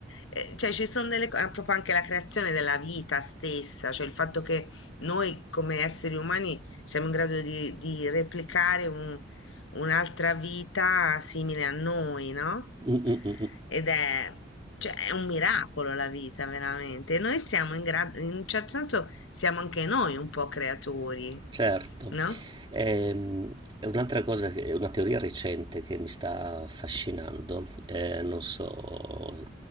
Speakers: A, on the left; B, on the right.
A: eh, cioè ci sono delle cose, proprio anche la creazione della vita stessa, cioè il fatto che noi come esseri umani siamo in grado di, di replicare un- un'altra vita simile a noi, no?
B: Mm, mm, mm, mm.
A: Ed è, cioè, è un miracolo la vita, veramente. E noi siamo in grado, in un certo senso, siamo anche noi un po' creatori,
B: Certo.
A: no?
B: Ehm, è un'altra cosa, che- è una teoria recente che mi sta affascinando, eh, non so,